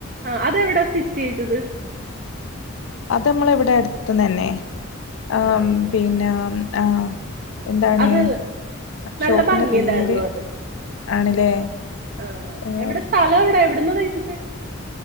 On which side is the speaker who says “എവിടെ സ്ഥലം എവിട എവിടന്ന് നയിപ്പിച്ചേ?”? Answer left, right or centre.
Right